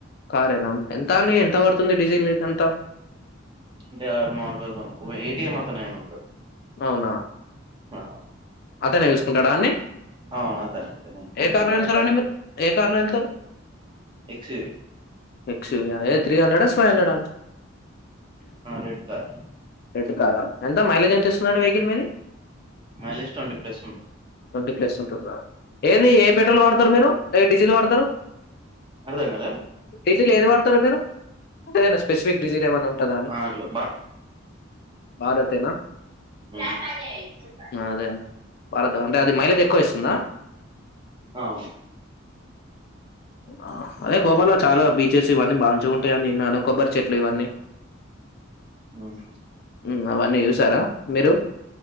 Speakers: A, on the left (about 50°); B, on the right (about 25°).
A: కారేనా ఎంత అండి ఎంత పడు తుంది డీజిల్ ఇదంతా
B: అంటే మా కతను ఒగ ఏటిఎం అతనాయన ఉంటాడు
A: అవునా
B: ఆ
A: అతనే చూసుకుంటాడు అన్ని
B: అవును అతనే అతనే కొంచెం
A: ఏ కార్లో
B: ఇగ
A: వెళ్తారండి
B: అతనే
A: మీరు ఏ కార్లో వెళ్తారు
B: ఎక్స్వి
A: ఎక్స్వి అ త్రీ హండ్రెడ్ ఫైవ్ హండ్రెడ్ అండి
B: రెడ్ కార్
A: రెడ్ కారా ఎంత మైలేజ్ ఎంత ఇస్తుందండి మది
B: మైలేజ్ ట్వంటీ ప్లస్ ఉంటది
A: ట్వంటీ ప్లస్ ఉంటు రా ఏది ఏ పెట్రోల్ వాడతారు మీరు ఎ డీజిల్ వాడతారు
B: అర్థం కాలే
A: డీసిల్ ఏది వాడతరు మీరు అంటే ఏదైనా స్పెసిఫిక్ డడిజిల్ ఏమన్నా ఉంటందా అని
B: అట్లా
A: భారత్ ఏనా
B: ఊ ఉ
A: అదే భారత్ అంటే అది మైలేజ్ ఎక్కువ ఇస్తుందా
B: అవును
A: ఆ అదే గోవాలో చాలా బీచెస్ ఇవన్నీ బాంచుగుంటాయని వినను కొబ్బరి చెట్లు ఇవన్నీ
B: ఉమ్.
A: ఊ అవన్నీ చూసారా మీరు